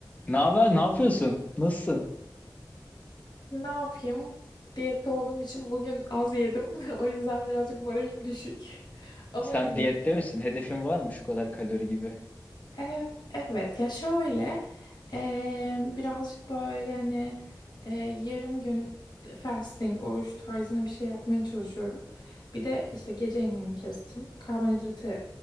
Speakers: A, on the left (about 20°); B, on the left (about 65°).
A: Ne haber? Ne yapıyorsun? Nasılsın?
B: Ne yapayım? Diyette olduğum için bugün az yedim. <laughs> O yüzden birazcık moralim düşük. <laughs> Ama
A: Sen
B: iyiyim.
A: diyette misin? Hedefin var mı şu kadar kalori gibi?
B: Ev- evet ya şöyle eee, birazcık böyle hani eee, yarım gün fasting, oruç tarzına bir şey yapmaya çalışıyorum. Bir de işte gece yemeğini kestim. Karbonhidratı